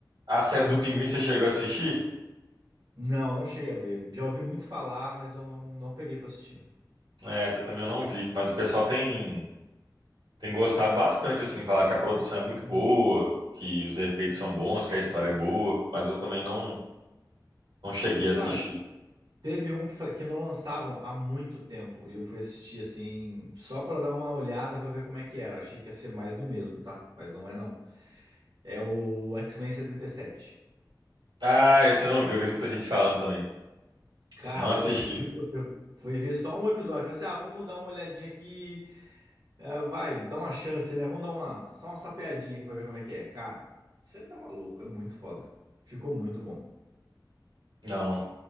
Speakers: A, on the right; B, on the right.
A: a série do Pinguim, você chegou a assistir?
B: Não, não cheguei a ver. Já ouvi muito falar, mas eu não, não peguei pra assistir.
A: É, Essa também eu não vi, mas o pessoal tem, tem gostado bastante, assim, falaram que a produção é muito boa, que os efeitos são bons, que a história é boa, mas eu também não, não cheguei a
B: Cara,
A: assistir.
B: Teve um que, fa- que não lançavam há muito tempo e eu fui assistir assim, só pra dar uma olhada pra ver como é que era. Achei que ia ser mais do mesmo, tá? Mas não é não. É o X-Men 77.
A: Ah, esse eu não vi, eu vi muita gente falando também.
B: Cara,
A: Não assisti.
B: eu juro que eu fui ver só um episódio. Falei assim: ah, vamos dar uma olhadinha aqui. É, vai, dá uma chance, né? Vamos dar uma, só uma sapeadinha aqui pra ver como é que é. Cara, você tá maluco, é muito foda. Ficou muito bom.
A: Não.